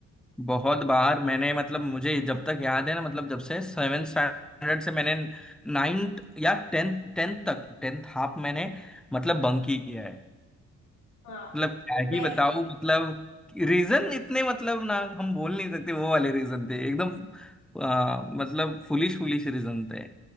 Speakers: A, in the centre; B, on the left.
A: बहुत बार मैंने मतलब मुझे जब तक याद है ना मतलब जब से सेवेंथ स्टैंडर्ड से मैंने नाइन्थ या टेंथ टेंथ तक टेंथ हाफ मैंने मतलब बंक ही किया है
B: हाँ
A: मतलब क्या
B: वो
A: ही
B: बेस्ट
A: बताऊं मतलब रीजन इतने मतलब ना हम बोल नहीं सकते वो वाले रीजन थे एकदम आ, मतलब फुलिश फुलिश रीजन थे